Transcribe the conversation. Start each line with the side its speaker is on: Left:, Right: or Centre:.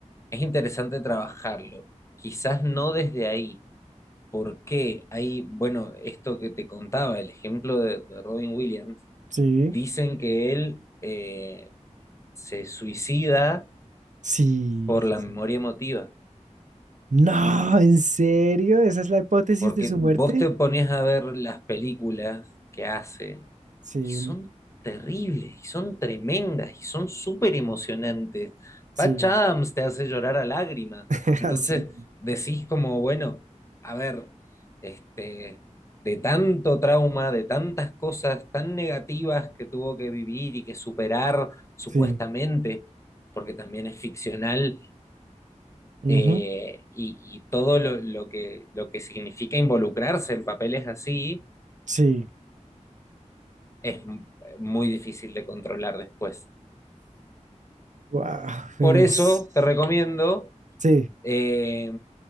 Left: Es interesante trabajarlo. Quizás no desde ahí. ¿Por qué? Hay, bueno, esto que te contaba, el ejemplo de, de Robin Williams,
Right: Sí,
Left: dicen que él eh, se suicida
Right: Sí,
Left: por la
Right: sí, sí.
Left: memoria emotiva.
Right: No, ¿en serio? ¿Esa es la hipótesis
Left: Porque
Right: de su muerte?
Left: vos te pones a ver las películas que hace
Right: sí,
Left: y son terribles, y son tremendas, y son súper emocionantes.
Right: sí,
Left: Patch Adams te hace llorar a lágrimas.
Right: <laughs>
Left: Entonces
Right: Sí,
Left: decís como, bueno, a ver, este, de tanto trauma, de tantas cosas tan negativas que tuvo que vivir y que superar supuestamente,
Right: sí.
Left: porque también es ficcional
Right: ujú,
Left: eh, y, y todo lo, lo que, lo que significa involucrarse en papeles así
Right: sí.
Left: es m- muy difícil de controlar después.
Right: Wow, pero
Left: Por eso
Right: es...
Left: te recomiendo
Right: Sí,
Left: eh,